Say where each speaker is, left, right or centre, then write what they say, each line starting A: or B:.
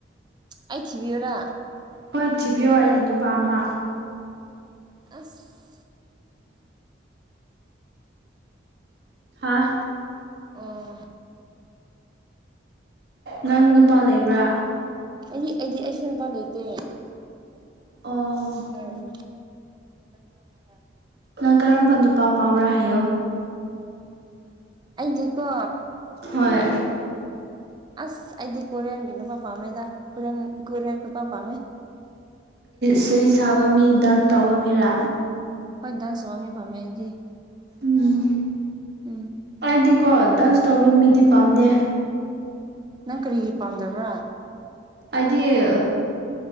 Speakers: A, on the right (about 20°); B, on the right (about 55°).
A: ꯑꯩ ꯊꯤꯕꯤꯌꯨꯔꯥ
B: ꯍꯣꯏ ꯊꯤꯕꯤꯌꯣ ꯑꯩꯒꯤ ꯅꯨꯄꯥ ꯑꯃ
A: ꯑꯁ
B: ꯍꯥꯥ
A: ꯑꯣ
B: ꯅꯪ ꯅꯨꯄꯥ ꯂꯩꯕ꯭ꯔꯥ
A: ꯑꯩꯗꯤ ꯑꯩꯗꯤ ꯑꯩꯁꯨ ꯅꯨꯄꯥ ꯂꯩꯇꯦ
B: ꯑꯣ
A: ꯎꯝ <unintelligible>
B: ꯅꯪ ꯀꯔꯝꯕ ꯅꯨꯄꯥ ꯄꯥꯝꯕ꯭ꯔꯥ ꯍꯥꯏꯌꯣ
A: ꯑꯩꯗꯤꯀꯣ
B: ꯍꯣꯏ
A: ꯑꯁ ꯑꯩꯗꯤ ꯀꯣꯔꯤꯌꯥꯟꯒꯤ ꯅꯨꯄꯥ ꯄꯥꯝꯃꯦꯗꯗꯥ ꯀꯣꯔꯤꯌꯥ ꯀꯣꯔꯤꯌꯥꯟ ꯅꯨꯄꯥ ꯄꯥꯝꯃꯦ
B: ꯁꯤ ꯁꯥꯕ ꯃꯤ ꯗꯗꯥꯟ ꯇꯥꯎꯕ ꯃꯤꯔꯥ
A: ꯍꯣꯏ ꯗꯟ ꯁꯨꯝꯕꯝꯃꯤ ꯐꯝꯃꯦ ꯑꯩꯗꯤ
B: ꯎꯝ
A: ꯎꯝ
B: ꯑꯩꯗꯤꯀꯣ ꯗꯥꯟꯁ ꯇꯧꯕ ꯃꯤꯗꯤ ꯄꯥꯝꯗꯦ
A: ꯅꯪ ꯀꯔꯤꯒꯤ ꯄꯥꯝꯗꯕ꯭ꯔꯥ
B: ꯍꯥꯏꯗꯤ ꯑ